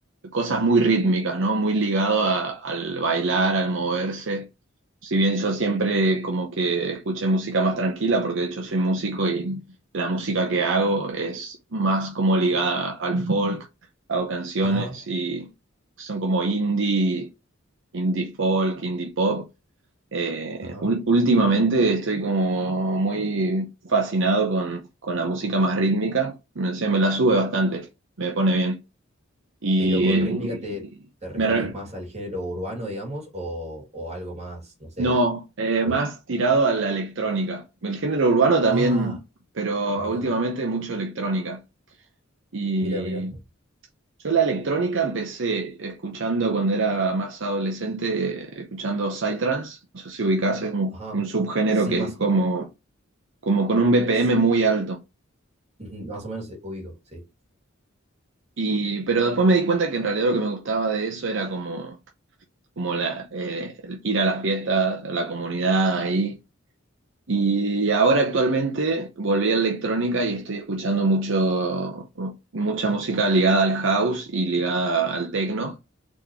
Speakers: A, on the right; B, on the right.
A: cosas muy rítmicas, ¿no? Muy ligado a- al bailar, al moverse. Si bien yo siempre como que escuché música más tranquila, porque de hecho soy músico y la música que hago es más como ligada al folk, hago canciones
B: Ajá,
A: y son como indie, indie folk, indie pop. Eh,
B: ajá.
A: ul- últimamente estoy como muy fascinado con, con la música más rítmica. Me, se me la sube bastante, me pone bien. Y
B: Pero con
A: eh,
B: rítmica te, te referís
A: me re-
B: más al género urbano, digamos, o, o algo más, no sé.
A: no, eh,
B: folk?
A: más tirado a la electrónica. El género urbano también,
B: Ah,
A: pero
B: mira,
A: últimamente mucho electrónica. Y
B: mira, mira.
A: yo la electrónica empecé escuchando cuando era más adolescente, escuchando psytrance. No sé si ubicás, es un,
B: Ajá.
A: un subgénero
B: Sí,
A: que
B: más,
A: es como como con un BPM
B: s-
A: muy alto.
B: ujú, más o menos eh, ubico, sí.
A: Y, pero después me di cuenta que en realidad lo que me gustaba de eso era como, como la, eh, el ir a las fiestas, a la comunidad ahí. Y ahora actualmente volví a electrónica y estoy escuchando mucho, mucha música ligada al house y ligada al techno.